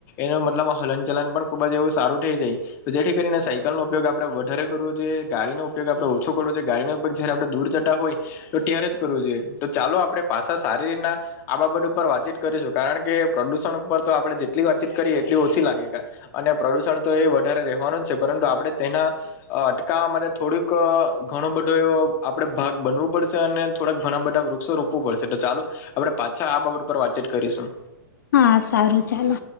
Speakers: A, on the left; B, on the left.
A: એનું મતલબ હલન ચલન પણ ખૂબ જ એવું સારું થઈ જાય. તો જેથી કરીને સાયકલ નો ઉપયોગ આપડે વધારે કરવો જોઈએ ગાડીનો આપણે ઓછો કરવો જોય ગાડી ના ઉપગ જય્યારે આપણે દૂર જતા હોય. તો ત્યારે જ કરવું જોઈએ તો ચાલો આપડણે પાછા સારી રીના આ બાબત ઉપર વાતચીત કરીશું કારણ કે પ્રદુષણ ઉપર તો આપણે જેટલી વાતચીત કરીએ એટલી ઓછી લાગે અને પ્રદુષણ તો એ વધારે રહેવાનું જ છે પરંતુ આપણે તેના અ અટકાવવા માટે થોડુંક ક ઘણો બધો એવો આપડે ભાગ બનુ પડશે અને થોડાક ઘણા બધા વૃક્ષો રોપવું પડશે તો ચાલો આપડે પાછા આ બાબત પર વાતચીત કરીશું.
B: હા સારું ચાલો